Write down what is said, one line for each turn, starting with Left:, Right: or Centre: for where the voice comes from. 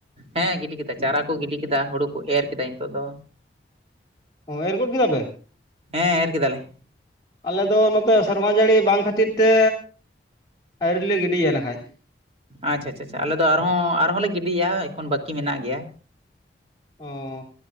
Right: ᱦᱮᱸ ᱜᱤᱰᱤ ᱠᱮᱫᱟ ᱪᱟᱨᱟ ᱠᱚ ᱜᱤᱰᱤ ᱠᱮᱫᱟ ᱦᱳᱲᱳ ᱠᱚ ᱮᱨ ᱠᱮᱫᱟ ᱱᱤᱛᱚᱜ ᱫᱚ
Left: ᱚ ᱮᱨ ᱜᱚᱫ ᱠᱮᱫᱟ ᱯᱮ
Right: ᱦᱮᱸ ᱮᱨ ᱠᱮᱫᱟᱞᱮ
Left: ᱟᱞᱮ ᱫᱚ ᱱᱚᱛᱮ ᱥᱮᱨᱢᱟ ᱡᱟᱹᱲᱤ ᱵᱟᱝ ᱠᱷᱟᱹᱛᱤᱨ ᱛᱮ ᱟᱹᱣᱨᱤ ᱞᱮ ᱜᱤᱰᱤᱭᱟ ᱱᱟᱠᱷᱟᱡ
Right: ᱟᱪᱷᱟ ᱟᱪᱷᱟ ᱪᱷᱟ ᱟᱞᱮ ᱫᱚ ᱟᱨ ᱦᱚᱸ ᱟᱨ ᱦᱚᱸ ᱞᱮ ᱜᱤᱰᱤᱭᱟ ᱮᱠᱷᱚᱱ ᱵᱟᱹᱠᱤ ᱢᱮᱱᱟᱜ ᱜᱮᱭᱟ
Left: ᱚ